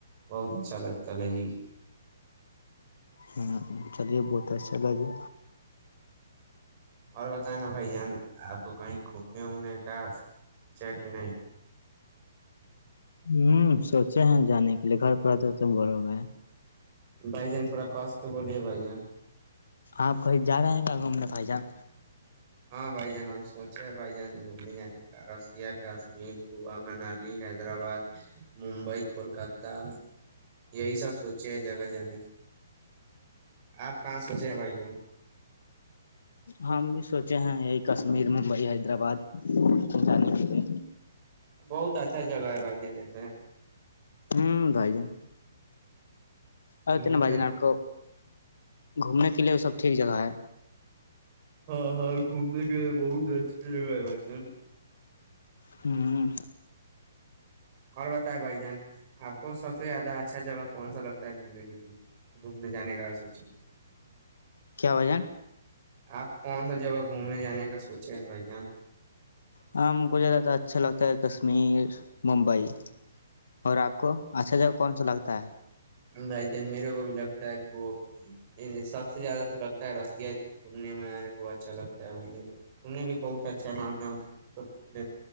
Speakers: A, on the right; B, on the left.
A: بہت اچھا لگتا ہے جی
B: ہاں چلیے بہت اچھا لگے
A: اور بتائ نا بھائی جان آپ کو کہیں گھومنے وومنے کا سوچا کہ نہیں
B: ہوں سوچے ہیں جانے کے لیے گھر پر آتے تو بولو گ
A: بھائی جان تھوڑا کس کے بولیے بھائی جان
B: آپ کہیں جا رہے ہیں کیا گھومنے پائی جان
A: ہاں بائی جان ہم سوچے بائی جان گے جانے کاشمیر گووا منالی حیدرآباد ممبئی کولکاتہ یہی سب سوچے ہیں جگہ جان آپ کہاں سوچے ہیں بھائی جان
B: ہم بھی سوچے ہیں یہی کشمیر ممبئی حیدرآباد پ جانے کے لیے
A: بہت اچھا جگہ ہے بھائی جانے کیلئے
B: ہمم بھائی جان اب
A: گھومنے
B: ت بجنا کو گھومنے کے لیے وہ سب ٹھیک جگہ ہے
A: ہاں ہاں گھومنے کے لیے بہت اچھی جگہ ہے بھائی جان
B: ہمم
A: اور بتائے بھائی جان آپ کو سب سے زیادہ اچھا جگہ کون سا لگتا ہے گھومنے کے لیے گھومنے جانے کا سوچے
B: کیا بھائی جان
A: آپ کون سا جگہ گھومنے جانے کا سوچے بھائی جان
B: ہاں کوھیاہ اچھا لگتا ہے کشمیر ممبئی اور آپ کو اچھا ج کون سا لگتا ہے
A: بھائی جان میرے کو بھی لگتا ہے سب سے زیادہ تو لگتا ہے رسییا گھومنے میں میرے کو اچھا لگتا ہے بھائی جان سننے بھی بہت اچھا ہے نام نام سب